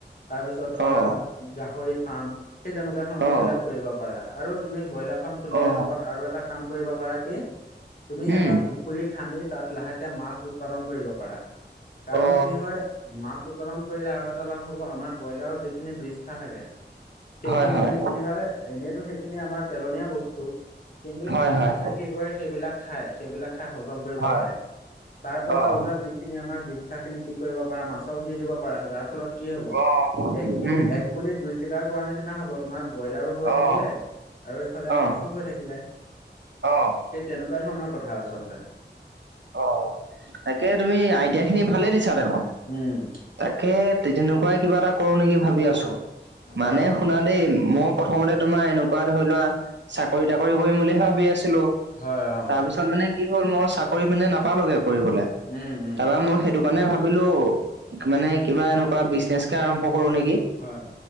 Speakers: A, on the left (about 50°); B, on the right (about 80°).
A: তাৰপিছত ধৰা-
B: অ
A: গাহৰি ফাৰ্ম সেই তেনেকুৱা ধৰণৰ
B: অ
A: বিলাক কৰিব পাৰা আৰু তুমি ব্ৰইলা- ফাৰ্ম খুলিলে
B: অ
A: লগত আৰু এটা কাম কৰিব পাৰা কি- তুমি এটা
B: উম
A: পুখুৰী খান্দি তাত লাহেকে মাছ উৎপাদন কৰিব পাৰা কাৰণ
B: অ
A: কি হয়- মাছ উৎপাদন কৰিলে আৰু এটা লাভ হ'ব আমাৰ ব্ৰইলাৰৰ যিখিনি বিষ্ঠা থাকে- সেইখিনি
B: হয় হয়
A: তুমি কি হয় এনেইতো সেইখিনি আমাৰ পেলনীয়া বস্তু, কিন্তু
B: হয় হয়
A: মাছে কি কৰে সেইবিলাক খাই সেইবিলাক খাই হজম কৰিব
B: হয়
A: পাৰে। তাৰ পৰা
B: অ
A: ওলোৱা যিখিনি আমাৰ বিষ্ঠা খিনি কি কৰিব পাৰা মাছক দি দিব পাৰা যাৰ ফলত কি হ- ব
B: অ
A: এক গিলি
B: উম
A: এক গুলিত দুই চিগাৰ কৰা নিচিনা হ'ব। তোমাৰ ব্ৰইলাৰো হৈ
B: অ
A: থাকিলে আৰু এইফালে
B: অ
A: মাছো হৈ থাকিলে।
B: অ
A: সেই তেনেকুৱা ধৰণৰ কথা আচলতে।
B: অ অ তাকে তুমি আইডিয়া খিনি ভালেই দিছা দেখোন।
A: উম
B: তাকে তেনেকুৱাই কিবা এটা কৰো নেকি ভাবি আছো
A: হয়
B: মানে শুনা দেই মই- প্ৰথমতে তোমাৰ এনেকুৱা ধৰি লোৱা- চাকৰি তাকৰি কৰিম বুলিহে ভাবি আছিলো
A: হয় অ
B: তাৰ পিছত মানে কি হ'ল মই চাক- কৰি পিনে নাপালোগে কৰিবলে
A: উম উম
B: তাৰা মই সেইটো- মানে ভাবিলো মানে কিবা এনেকুৱা বিজনেছ কে আৰম্ভ কৰো নেকি।
A: হয়